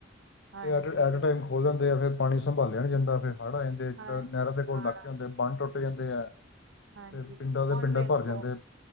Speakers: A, on the right (about 80°); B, on the left (about 70°).
A: ਹਾਂਜੀ।
B: ਇਹ ਐਟ ਐਟ ਟਾਈਮ ਖੋਲ ਲੈਂਦੇ ਆ ਫੇਰ ਪਾਣੀ ਸੰਭਾਲਿਆ ਨੀ ਜਾਂਦਾ ਫੇਰ ਹੜ ਆ ਜਾਂਦੇ ਜੇੜੇ
A: ਹਾਂਜੀ
B: ਨਹਿਰ ਦੇ ਕੋਲ
A: ਹਾੜ
B: ਇਲਾਕੇ ਹੁੰਦੇ। ਬੰਨ ਟੁੱਟ ਜਾਂਦੇ ਹੈ
A: ਹਾਂਜੀ
B: ਤੇ ਪਿੰਡਾਂ ਦੇ
A: ਹੁਣ
B: ਪਿੰਡਾਂ
A: ਵੇਖੋ
B: ਭਰ ਜਾਂਦੇ।